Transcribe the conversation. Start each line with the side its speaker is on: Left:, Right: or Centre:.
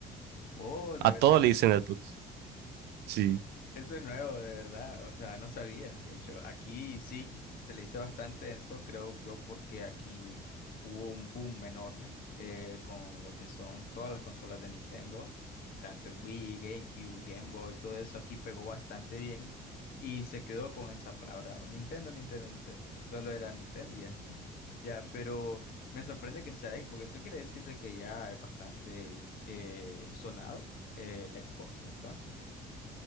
Left: Oh, de
Right: A
Left: verdad.
Right: todo le dicen Xbox. Sí.
Left: Eso es nuevo, de verdad. O sea, no sabía. De hecho, aquí sí se le hizo bastante eso, creo yo, porque aquí hubo un boom enorme eh, con lo que son todas las consolas de Nintendo, tanto el Wii, GameCube, Game Boy, todo eso aquí pegó bastante bien y se quedó con esa palabra, o Nintendo, Nintendo, Nintendo. Solo era Nintendo y ya está. Ya, pero me sorprende que sea Xbox, eso quiere decir de que ya es bastante eh, sonado eh, el Xbox, entonces.